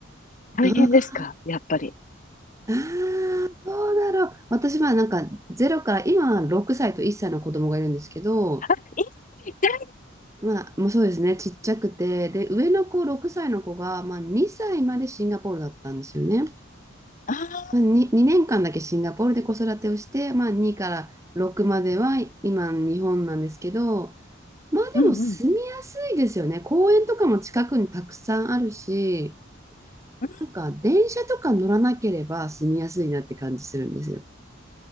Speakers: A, on the left; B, on the right.
A: 大変ですかやっぱり。
B: あああ、どうだろう。私はなんか0から、今は6歳と1歳の子供がいるんですけど、
A: <laughs> あ、一切痛い。
B: まあ、もうそうですね、ちっちゃくて、で、上の子、6歳の子が、まあ、2歳までシンガポールだったんですよね。
A: ああ、
B: まあ、2、2年間だけシンガポールで子育てをして、まあ、2から6までは今、日本なんですけど、まあでも住みやすいですよね。
A: うんうん。うんうん。
B: 公園とかも近くにたくさんあるし、
A: うん
B: なんか電車とか乗らなければ住みやすいなって感じするんですよ。